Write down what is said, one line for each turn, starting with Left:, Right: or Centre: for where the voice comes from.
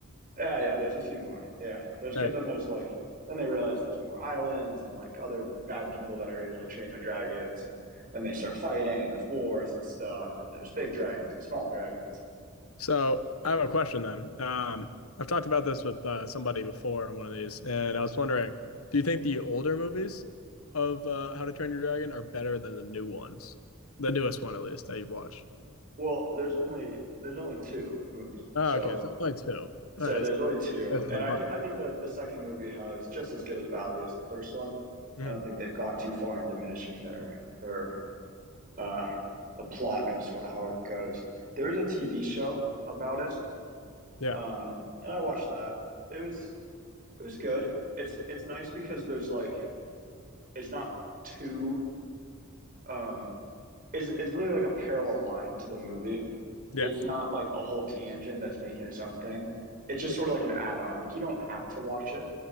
Right: Yeah, yeah. There's a few more. Yeah, there's because
Left: All
Right: then there's like then they realize there's more islands and like other bad people that are able to train their dragons, and then they start fighting and there's wars and stuff, and there's big dragons, and small dragons.
Left: So I have a question then. Um, I've talked about this with uh, somebody before on one of these, and I was wondering, do you think the older movies of uh, How to Train Your Dragon are better than the new ones? The newest one, at least, that you've watched.
Right: Well, there's only there's only two movies,
Left: Oh,
Right: so
Left: okay. So only two.
Right: so
Left: All right.
Right: there's
Left: so
Right: only two,
Left: that's
Right: and
Left: impossible.
Right: I do I think that the second movie has just as good as value as the first one.
Left: Mhm.
Right: I don't think they've gone too far in diminishing their their uh, the plot and sort of how it goes. There is a TV show about it,
Left: Yeah.
Right: um, and I watched that. It was it was good. It's it's nice because there's like it's not too um, it's it's really like a parallel line to the movie.
Left: Yeah.
Right: It's not like a whole tangent that's making its own thing. It's just sort of like an add-on. Like you don't have to watch it